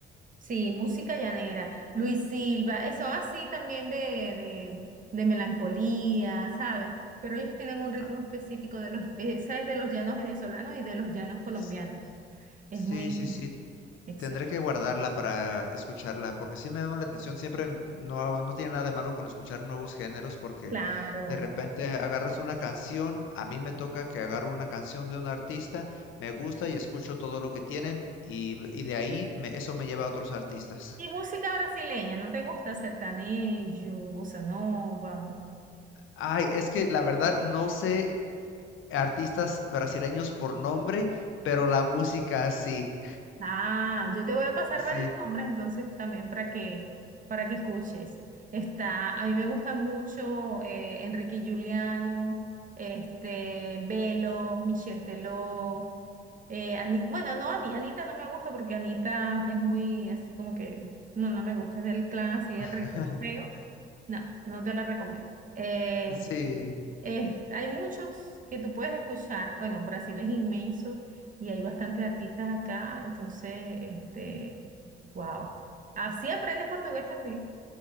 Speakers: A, on the right; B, on the left.
A: Sí, música llanera. Luis Silva, eh, son así también de, de, de melancolía, ¿sabes? Pero ellos tienen un
B: Ah,
A: ritmo específico de los, eh, ¿sabes? De los llanos venezolanos y de los llanos colombianos.
B: s- sí,
A: Es muy
B: sí, sí.
A: exacto.
B: Tendré que guardarla para escucharla, porque sí me llama la atención. Siempre m- no, no tiene nada de malo con escuchar nuevos géneros, porque
A: Claro.
B: de repente agarras una canción. A mí me toca que agarro una canción de un artista, me gusta y escucho todo lo que tienen, y, y de ahí me- eso me lleva a otros artistas.
A: Y música brasileña, ¿no te gusta? Sertanejo, bossa nova.
B: Ay, es que la verdad no sé artistas brasileños por nombre, pero la música sí,
A: Ah, yo te voy a pasar
B: sí,
A: varios nombres entonces también para que, para que escuches. Está, a mí me gusta mucho eh, Enrique y Juliano, este, Belo, Michel Teló, eh, Ani- bueno, no, Ani- Anita no me gusta porque Anita es muy así como que, no, no me gusta, es del clan así del
B: <laughs>
A: reggaetón feo. No, no te la recomiendo. Eh,
B: sí,
A: Eh, hay muchos que tú puedes escuchar. Bueno, Brasil es inmenso y hay bastantes artistas acá, entonces, este, wow. Así aprendes portugués también.